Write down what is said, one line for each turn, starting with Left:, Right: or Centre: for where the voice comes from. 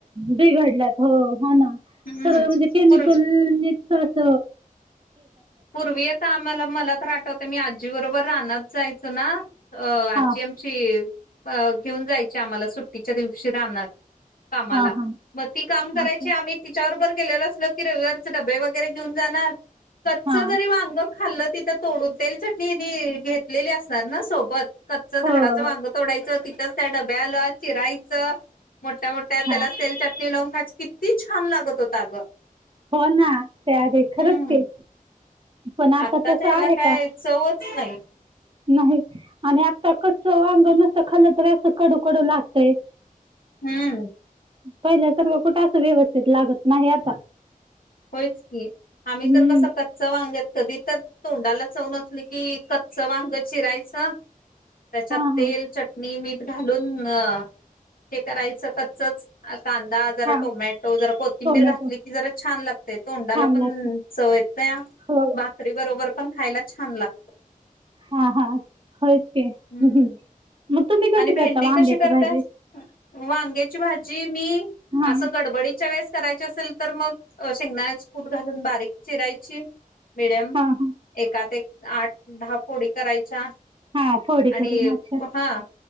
Right: बिघडल्यात हों हों, नां
Left: हम्म
Right: सगळं म्हणजे केमिकलने
Left: पूर्
Right: सहस
Left: पूर्वी आता आम्हाला मलातर आठवतय, मी आजी बरोबर रानात जाय चना अं आज्जी
Right: हा
Left: आमची अं घेऊन जायची, आम्हाला सुट्टीच्या दिवशी रानात कामाला
Right: हा हा
Left: मग ती काम करायची
Right: अच्छा
Left: आम्ही तिच्याबरोबर केलेल असल की, रविवारचे डबे वगैरे घेऊन जाणार कच्च
Right: हा
Left: जरी वांग खाल्लं तिथं तोडून, तेल चटणी मी घेतलेली असणार नां सोबत कच्च झाडाचं
Right: हो
Left: वांग
Right: हो
Left: तोडायचं, तिथंच त्या डब्याला चिरायचं मोठ्या मोठ्या त्याला
Right: हा
Left: तेल, चटणी लावून खायच, किती छान लागत होत अगं?
Right: हों ना त्या आधी खरंच
Left: हम्म
Right: की पण आता
Left: आत्ताच्या
Right: तसं
Left: ह्याला
Right: आहे
Left: काय
Right: का
Left: चवच नाही?
Right: नाही आणि आता कच्च वांग नुसत खाल्लं तरी, असं कडू कडू लागतय
Left: हुं.
Right: पहिल्यासारखं कुठ असं व्यवस्थित लागत नाही आता.
Left: होयच की, आम्ही
Right: हम्म
Left: तर कस कच्च वांग्यात- कधी तर तोंडाला चव नसलं, की कच्च वांग चिरायचं त्याच्यात
Right: हा
Left: तेल,
Right: हा
Left: चटणी, मीठ घालूनं हे करायचं कच्चच कांदा, जरा
Right: हा
Left: टोमॅटो, जरा कोथिंबीर
Right: टोमॅटो
Left: घातली की जरा छान लागत. य तोंडाला
Right: छान
Left: पण
Right: लागते
Left: चवयेत्या
Right: हो
Left: भाकरी बरोबर पण खायला छान लाग
Right: हां हां होय की
Left: हम्म
Right: <unintelligible> कशी
Left: आणि भेंडी
Right: करता वांग्याची
Left: कशी करत्यास,
Right: भाजी
Left: वांग्या ची भाजी मी
Right: हा
Left: असं गडबडीच्या वेळेस करायची असेल, तर मग शेंगदाण्याच कुट घालून बारीक चिरायची- मिडियम
Right: हा
Left: एकात एक आठ दहा फोडी करायच्या
Right: हा फोडी
Left: आणि
Right: करून अच्छा
Left: हां.